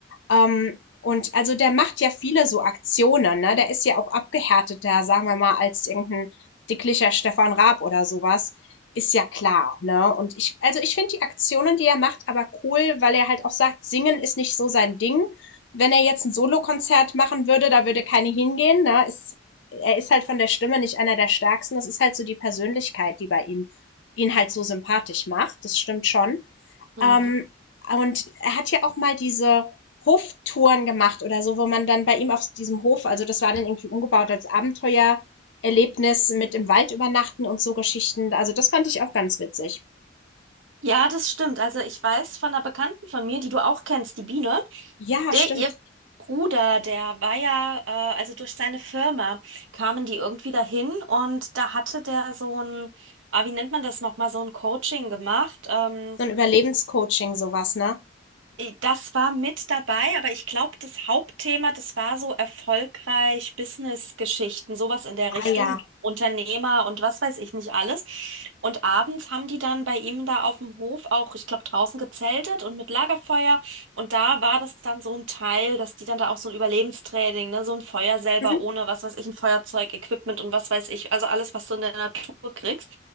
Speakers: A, on the left (about 65°); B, on the right (about 85°).
A: Ähm, und also der macht ja viele so Aktionen, ne? Der ist ja auch abgehärteter, sagen wir mal, als irgendein dicklicher Stefan Raab oder sowas. Ist ja klar, ne? Und ich, also ich finde die Aktionen, die er macht, aber cool, weil er halt auch sagt, singen ist nicht so sein Ding. Wenn er jetzt ein Solokonzert machen würde, da würde keine hingehen, ne? Ist, er ist halt von der Stimme nicht einer der stärksten. Das ist halt so die Persönlichkeit, die bei ihm ihn halt so sympathisch macht. Das stimmt schon.
B: Hm.
A: Ähm, und er hat ja auch mal diese Hoftouren gemacht oder so, wo man dann bei ihm auf diesem Hof, also das war dann irgendwie umgebaut als Abenteuererlebnis mit im Wald übernachten und so Geschichten. Also das fand ich auch ganz witzig.
B: Ja, das stimmt. Also ich weiß von einer Bekannten von mir, die du auch kennst, die Biene.
A: Ja,
B: Der,
A: stimmt.
B: ihr Bruder, der war ja, äh, also durch seine Firma kamen die irgendwie dahin und da hatte der so ein, ah, wie nennt man das nochmal, so ein Coaching gemacht. Ähm,
A: So ein Überlebenscoaching, sowas, ne?
B: äh, Das war mit dabei, aber ich glaube, das Hauptthema, das war so erfolgreich Business-Geschichten, sowas in der
A: Ah
B: Richtung,
A: ja.
B: Unternehmer und was weiß ich nicht alles. Und abends haben die dann bei ihm da auf dem Hof auch, ich glaube, draußen gezeltet und mit Lagerfeuer. Und da war das dann so ein Teil, dass die dann da auch so ein Überlebenstraining, ne, so ein Feuer selber
A: Mhm.
B: ohne was weiß ich, ein Feuerzeug, Equipment und was weiß ich, also alles, was du in der Natur kriegst.